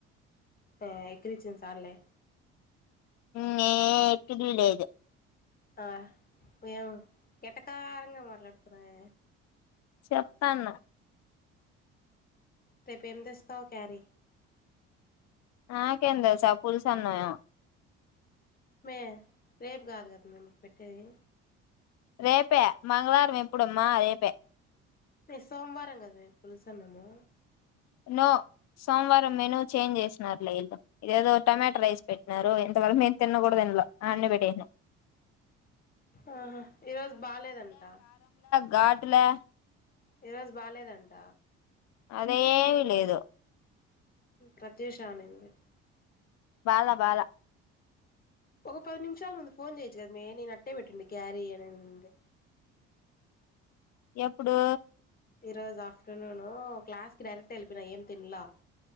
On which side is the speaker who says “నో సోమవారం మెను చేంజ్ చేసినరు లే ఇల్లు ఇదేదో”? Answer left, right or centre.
Left